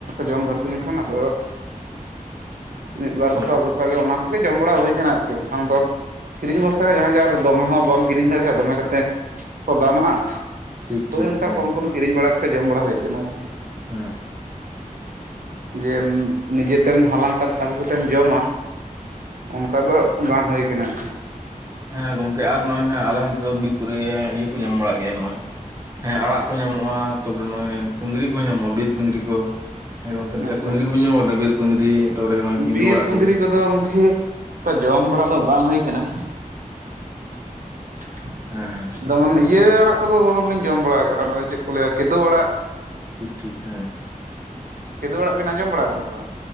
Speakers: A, on the right (about 75°); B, on the right (about 20°).
A: ᱡᱚᱢ ᱵᱷᱟᱨᱛᱤ ᱞᱮᱱᱠᱷᱟᱱ, ᱟᱫᱚ ᱢᱤᱫ ᱵᱟᱨ
B: ᱦᱮᱸ
A: ᱫᱚᱠᱚ ᱟᱹᱜᱩ ᱴᱚ ᱠᱟᱜ ᱜᱮᱭᱟ, ᱚᱱᱟ ᱠᱚᱜᱮ ᱡᱚᱢ ᱵᱟᱲᱟ ᱦᱩᱭ ᱠᱟᱱᱟ᱾ ᱟᱨᱠᱤ ᱵᱟᱝᱠᱷᱟᱱ ᱫᱚ ᱠᱤᱨᱤᱧ ᱵᱷᱚᱨᱥᱟ᱾ ᱡᱟᱦᱟᱸᱜ ᱜᱮ ᱟᱨ ᱫᱚᱢᱮ ᱦᱚᱸ ᱵᱟᱢ ᱠᱤᱨᱤᱧ ᱫᱟᱲᱮᱭᱟᱜᱼᱟ ᱫᱚᱢᱮ ᱠᱟᱛᱮ ᱠᱚ ᱫᱟᱢᱟᱜᱼᱟ᱾
B: ᱴᱷᱤᱠ
A: ᱦᱳᱭ
B: ᱴᱷᱤᱠ
A: ᱚᱱᱠᱟ
B: ᱦᱮᱸ
A: ᱠᱚᱢ ᱠᱚᱢ ᱠᱤᱨᱤᱧ ᱵᱟᱲᱟᱛᱮᱫ ᱡᱚᱢ ᱵᱟᱲᱟ ᱦᱩᱭ ᱠᱟᱱᱟ ᱟᱨᱠᱤ᱾
B: ᱦᱮᱸ
A: ᱡᱮ ᱱᱤᱡᱮᱛᱮᱢ ᱦᱟᱞᱟᱝ ᱠᱟᱛᱮ ᱟᱹᱜᱩ ᱠᱟᱛᱮᱢ ᱡᱚᱢᱟ᱾ ᱚᱱᱠᱟ ᱫᱚ ᱵᱟᱝ ᱦᱩᱭ ᱠᱟᱱᱟ ᱟᱨᱠᱤ᱾
B: ᱦᱮᱸ ᱜᱚᱝᱠᱮ ᱟᱨ ᱱᱚᱜᱼᱚᱭ, ᱱᱚᱜᱼᱚᱭ ᱟᱞᱮ ᱚᱱᱛᱮ ᱫᱚ ᱵᱤᱨ ᱠᱚᱨᱮ ᱤᱭᱟᱹ ᱠᱚ ᱧᱟᱢ ᱵᱟᱲᱟᱜ ᱜᱮᱭᱟ ᱱᱚᱜᱼᱚᱭ᱾ ᱦᱮᱸ ᱟᱲᱟᱜ ᱠᱚ ᱧᱟᱢᱚᱜᱼᱟ ᱛᱟᱯᱚᱨᱮ ᱱᱚᱜᱼᱚᱭ ᱠᱩᱸᱫᱽᱨᱤ ᱠᱚᱦᱚᱸ ᱧᱟᱢᱚᱜᱼᱟ ᱵᱤᱨ ᱠᱩᱸᱫᱽᱨᱤ ᱠᱚ᱾ ᱦᱮᱸ ᱜᱚᱢᱠᱮ ᱛᱟᱦᱮᱞᱮ
A: ᱟᱪᱪᱷᱟ
B: ᱠᱩᱸᱫᱽᱨᱤ
A: ᱟᱪᱪᱷᱟ
B: ᱠᱚᱵᱤᱱ ᱡᱚᱢ ᱟᱠᱟᱫᱟ ᱵᱤᱨ ᱠᱩᱸᱫᱽᱨᱤ? ᱛᱟᱯᱚᱨᱮ ᱱᱚᱜᱼᱚᱭ ᱠᱤᱸᱫᱩ
A: ᱵᱤᱨ
B: ᱟᱲᱟᱜ
A: ᱠᱩᱸᱫᱽᱨᱤ
B: ᱠᱚᱜᱮ
A: ᱠᱚᱫᱚ ᱜᱚᱢᱠᱮ ᱚᱱᱠᱟ ᱡᱚᱢ ᱵᱟᱲᱟ ᱫᱚ ᱵᱟᱝ ᱦᱩᱭ ᱠᱟᱱᱟ᱾ <inaudible>
B: ᱦᱮᱸ
A: ᱫᱚᱢᱚᱱ ᱤᱭᱟᱹ ᱟᱲᱟᱜ ᱠᱚᱫᱚ ᱵᱚᱨᱚᱜ ᱞᱤᱧ ᱡᱚᱢ ᱵᱟᱲᱟ ᱟᱠᱟᱜᱼᱟ ᱱᱚᱜᱼᱚᱭ ᱪᱮᱫ ᱠᱚ ᱞᱟᱹᱭᱟ ᱠᱤᱫᱳᱜ ᱟᱲᱟᱜ᱾
B: ᱴᱷᱤᱠ ᱴᱷᱤᱠ ᱦᱮᱸ᱾
A: ᱠᱤᱫᱳᱜ ᱟᱲᱟᱜ ᱵᱤᱱ ᱟᱸᱡᱚᱢ ᱵᱟᱲᱟ ᱠᱚᱫᱟ ᱥᱮ ᱵᱟᱝ?